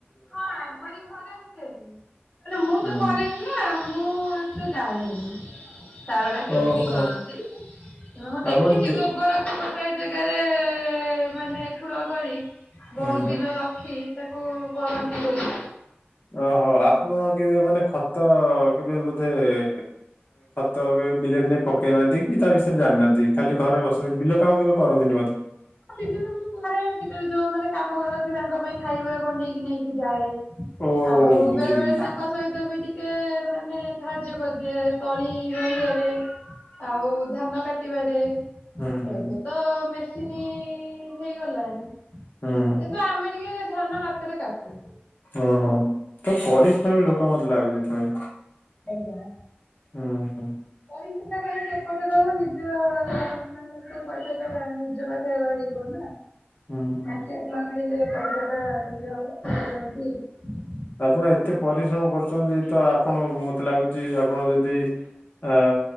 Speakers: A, on the left; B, on the left.
A: ହଁ ଆମରି ଘରେ ହୁଏ ହେଲେ ମୁଁ
B: ହୁଁ
A: ତ କରେନି ନାଁ ମୁଁ ତ ଜାଣିନି ସାରଟା କେମିତି
B: ଓହୋ
A: କରନ୍ତି। କିନ୍ତୁ ମୁଁ ଦେଖିଚି
B: ଆପଣ ଦେ
A: ଗୋବରକୁ ଗୋଟେ ଜେଗାରେ ଏ ମାନେ ଠୁଳ କରି
B: ହୁଁ
A: ବହୁତ
B: ହୁଁ
A: ଦିନ ରଖି ତାକୁ କରନ୍ତି ବୋଲି।
B: ଓହୋ ଆପଣ କେବେ ମାନେ ଖତ କେବେ ବୋଧେ ମାନେ ଖତ କେବେ ବିଲେରେ ନେଇ ପକେଇନାହାନ୍ତି କି ତା ବିଷୟରେ ଜାଣିନାହାନ୍ତି ଖାଲି ଘରେ ବସନ୍ତି ବିଲ କାମ କେବେ କରନ୍ତିନି ବୋଧେ?
A: ହଁ ବିଲ କାମ କରେ ବିଲରେ ଯୋଉମାନେ କାମ କରନ୍ତି ତାଙ୍କ ପାଇଁ ଖାଇବା ବନେଇକି ନେଇକି ଯାଏ ।
B: ଓ
A: ଆଉ
B: ବୁଝିଲି
A: ବେଳେ ବେଳେ
B: ବୁଝିଲି
A: ତାଙ୍କ ସହିତ ବି ଟିକେ ମାନେ ସାହାଯ୍ୟ କରିଦିଏ ତଳି ରୋହିବାରେ ଆଉ ଧାନ କା ଟିବାରେ
B: ହୁଁ ହୁଁ
A: ଏବେ ତ ମେସିନି ହେଇଗଲାଣି।
B: ହୁଁ ହୁଁ
A: କିନ୍ତୁ ଆମେ ଟିକେ ଧାନ ହାତରେ କାଟୁ।
B: ଓହୋ। ତ ପରିଶ୍ରମୀ ଲୋକ ମତେ ଲାଗୁଚି ତମେ।
A: ଆଜ୍ଞା ।
B: ହୁଁ ହଁ ।
A: ଇ ସେଟା କ ସେପଟେ ରହୁ ନିଜ ମାନେ ସେ ପଇସାଟା ନିଜ ପାଖରେ ରହିବ ନା
B: ହୁଁ ହୁଁ।
A: । ଚାକିରି ନ କଲେ ପଇସାଟା ଇଏ ହବତି <unintelligible>
B: ଆପଣ ଏତେ ପରିଶ୍ରମ କରୁଚନ୍ତି ତ ଆପଣ ମତେ ଲାଗୁଚି ଆପଣ ଯଦି ଆ